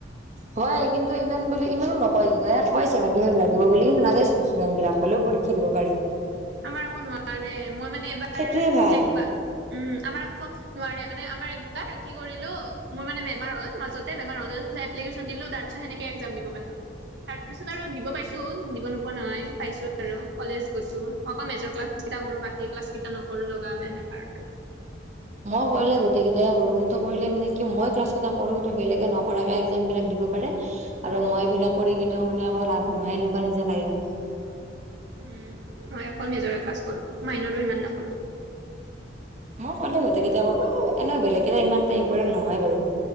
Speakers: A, on the right; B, on the right.
A: কয় কিন্তু ইমান বুলি ইমানো নকয় কিন্তু কয় চেভেনটি ফাইভ লাগিব বুলি কি নাযায় চোন ইচন্ডোদেন বিলাক হলেও প পৰিক্ষা দিব পাৰে।
B: আমাৰ আকৌ নোৱাৰে মই মানে এইবাৰ
A: সেইটোয়ে ভাল।
B: একবাৰ উম আমাৰ আকৌ নোৱাৰে মানে আমাৰ এইবাৰ কি কৰিলো মোৰ মানে বেমাৰ হ'ল মাজতে বেমাৰ হল এপ্লিকেশন দিলো তাৰ পিচত সেনেকে একজাম দিব পালো তাৰ পিছত আৰু দিব পাইছো দিব নোপোৱা নহয় পাইছো আৰু কলেজ গৈছো অকল মেজৰ ক্লাছ কেইটা কৰো বাকী ক্লাছ কেইটা নকৰো লগা হলে এনেকুৱা আৰু
A: মই কৰিলে গোটেইকেইটাই কৰো কিন্তু কৰিলে মানে কি মই ক্লাছ কেইটা কৰো কিন্তু বেলেগে নকৰাকে একজাম বিলাক দিব পাৰে আৰু মই এইবিলাক কৰি কিনেও মানে আকৌ লাভ নহয় এনেকুৱা নিচনা লাগে মোৰ
B: উম মই অকল মেজৰ ক্লাছ কৰো মাইনৰো ইমান নকৰো
A: মই কৰিলে গোটেইকেইটা কৰো এনেই বেলেগে কেইটা ইমান ইম্পৰটেণ্ট নহয় বাৰু